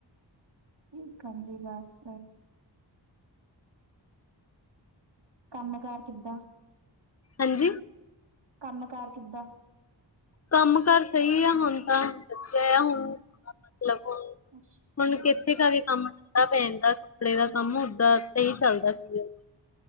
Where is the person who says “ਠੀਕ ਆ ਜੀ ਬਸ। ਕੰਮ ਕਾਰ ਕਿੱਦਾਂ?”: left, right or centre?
Right